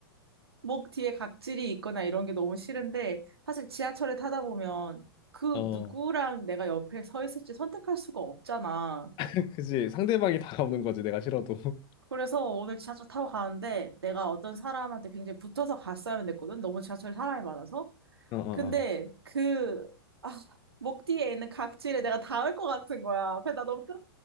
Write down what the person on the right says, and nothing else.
목 뒤에 각질이 있거나 이런 게 너무 싫은데 사실 지하철에 타다 보면 그
누구랑 내가 옆에 서 있을지 선택할 수가 없잖아.
그래서 오늘 지하철 타고 가는데 내가 어떤 사람한테 굉장히 붙어서 갔어야만 됐거든. 너무 지하철에 사람이 많아서.
근데
그, 아, 목 뒤에 있는 각질에 내가 닿을 것 같은 거야. 그래서 나 너무 끔,